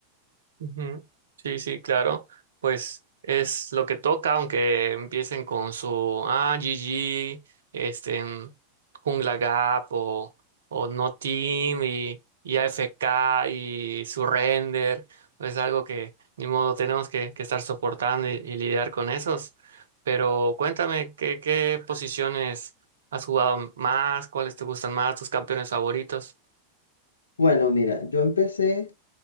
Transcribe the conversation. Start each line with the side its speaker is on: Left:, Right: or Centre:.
Right: Ujú. Sí, sí, claro. Pues es lo que toca, aunque empiecen con su ah, GG, este, en Jungla Gap o, o No Team y, y AFK y Surrender. Es algo que ni modo tenemos que, que estar soportando y, y lidiar con esos. Pero cuéntame, ¿qué, qué posiciones has jugado más? ¿Cuáles te gustan más? ¿Tus campeones favoritos?
Left: Bueno, mira, yo empecé